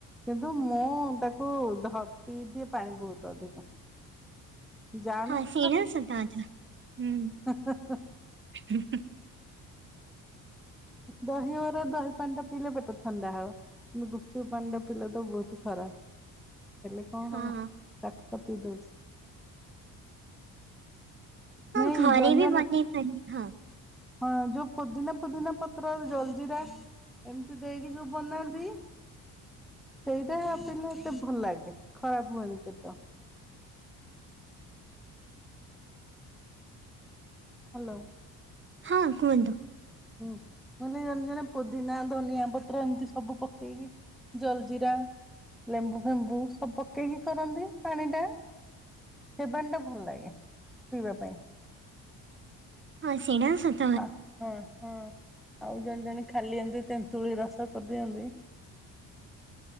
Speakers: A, in the centre; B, on the right (about 30°).
A: କିନ୍ତୁ ମୁଁ ତାକୁ ଧ ପିଇ ଦିଏ ପାଣି ବହୁତ ଅଧିକ। ଜାଣୁଛି
B: ହଁ ସେଇଟା ତ ସତ କଥା ହୁଁ।
A: ହା-ହା-ହା।
B: <inaudible>
A: ଦହିବରା ଦହି ପାଣି ଟା ପିଇଲେ ପେଟ ଥଣ୍ଡା ହବ। କିନ୍ତୁ ଗୁପଚୁପ୍ ପାଣିଟା ପିଲା ତ ବହୁତ ଖରାପ। ହେଲେ କଣ
B: ହଁ।
A: ହବ ତାକୁ ତ ପିଇ ଦଉଚୁ।
B: ହଁ
A: ନାଇଁ
B: ଘରେ
A: ଜଣେ
B: ବି
A: ଜଣେ
B: ବନେଇ ପାରିବ ହଁ।
A: ହଁ ଯୋଉ ପୋଦିନା ଫୋଦିନା ପତ୍ରରୁ ଜଲଜିରା ଏମତି ଦେଇକି ଯୋଉ ବନାନ୍ତି ସେଇଟା ପିଇଲେ ଏତେ ଭଲ ଲାଗେ ଖରାପ ହୁଏନି ପେଟ। ହାଲୋ।
B: ହଁ କୁହନ୍ତୁ।
A: ହୁଁ ମାନେ ଜଲଜିରା ପୋଦିନା ଧନିଆ ପତ୍ର ଏମତି ସବୁ ପକେଇକି ଜଲଜିିରା ଲେମ୍ବୁ ଫେମ୍ବୁ ସବୁ ପକେଇକି କରନ୍ତି ପାଣିଟା। ସେ ପାଣିଟା ଭଲ ଲାଗେ ପିଇବା ପାଇଁ।
B: <unintelligible>
A: ହା ହା ହା ଆଉ ଜଣେ ଜଣେ ଖାଲି ଏମତି ତେନ୍ତୁଳି ରସକୁ ଦିଅନ୍ତି।